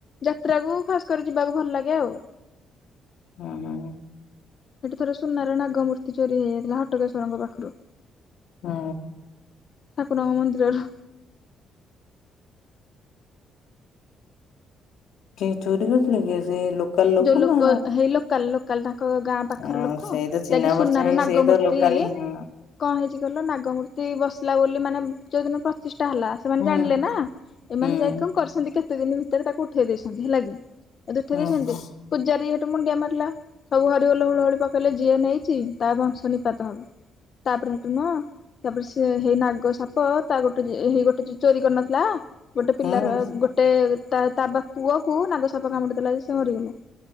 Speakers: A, on the left; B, on the left.
A: ଯାତ୍ରାକୁ ଖାସ କରି ଯିବାକୁ ଭଲ ଲାଗେ ଆଉ।
B: ଉଁ ହୁଁ।
A: ସେଠି ଥରେ ସୁନାର ନାଗମୂର୍ତ୍ତି ଚୋରି ହେଇ ଯାଇଥିଲା ହଟକେଶ୍ୱରଙ୍କ ପାଖରୁ।
B: ହୁଁ।
A: ଠାକୁରଙ୍କ ମନ୍ଦିରରୁ।
B: କିଏ ଚୋରି କରିଥିଲେ କି ସେ ଲୋକାଲ ଲୋକ?
A: ଯୋଉ ଲୋକ
B: ନା
A: ହେଇ ଲୋକାଲ ଲୋକ। କାଲି ତାଙ୍କ ଗାଁ ପାଖର
B: ହଁ
A: ଲୋକ
B: ସେଇ ତ ଚିହ୍ନା
A: ଯାହାକି ସୁନାର
B: ପରିଚୟ ହେଇ
A: ନାଗମୂର୍ତ୍ତି
B: ସେଇ ତ ଲୋକାଲି ହଁ
A: କଣ ହେଇଛି କହିଲ ନାଗମୂର୍ତ୍ତି ବସିଲା ବୋଲି ମାନେ ଯୋଉଦିନ ପ୍ରତିଷ୍ଠା ହେଲା। ସେମାନେ
B: ହୁଁ
A: ଜାଣିଲେ ନା ଏମାନେ
B: ହୁଁ।
A: ଯାଇକି କଣ କରିଛନ୍ତି କେତେ ଦିନ ଭିତରେ ତାକୁ ଉଠେଇ ଦେଇଛନ୍ତି ହେଲା କି। ଆଉ ଉଠେଇ
B: ଓହୋ
A: ଦେଇଛନ୍ତି, ପୂଜାରୀ ସେଠୁ ମୁଣ୍ଡିଆ ମାରିଲା। ସବୁ ହରିବୋଲ ହୁଳହୁଳି ପକେଇଲେ ଯିଏ ନେଇଛିି ତା ବଂଶ ନିପାତ ହବ। ତାପରେ ସେଠୁ ନୁହଁ ତାପରେ ସେ ହେଇ ନାଗ ସାପ ତା ଗୋଟେ ହେଇ ଗୋଟେ ଜେ ଚୋରି କରିନଥିଲା, ଗୋଟେ ପିଲାର
B: ହଁ
A: ଗୋଟେ ଗୋଟେ ତା ତା ପୁଅକୁ ନାଗ ସାପ କାମୁଡ଼ି ଦେଲା ଯେ ସେ ମରିଗଲା।